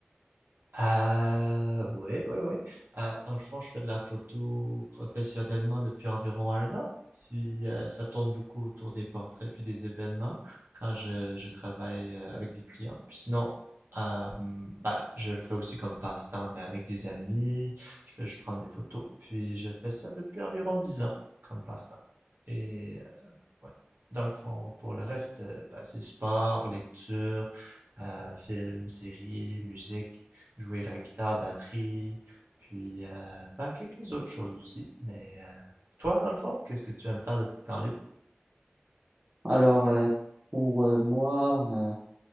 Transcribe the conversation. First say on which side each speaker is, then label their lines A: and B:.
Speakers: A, on the right (about 65°); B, on the right (about 40°).
A: Euh, oui, oui, oui. Euh, dans le fond, je fais de la photo professionnellement depuis environ un an. Puis euh, ça tourne beaucoup autour des portraits puis des événements quand je, je travaille euh, avec des clients. Puis sinon, euh, bah, je le fais aussi comme passe-temps, mais avec des amis. Je fais juste prendre des photos. Puis je fais ça depuis environ dix ans comme passe-temps. Et euh, ouais, dans le fond, pour le reste, euh, bah, c'est sport, lecture, euh, films, séries, musique jouer la guitare, batterie, puis euh, bah, quelques autres choses aussi. Mais euh, toi, dans le fond, qu'est-ce que tu aimes faire de tes temps libres?
B: Alors, euh, pour euh, moi, euh,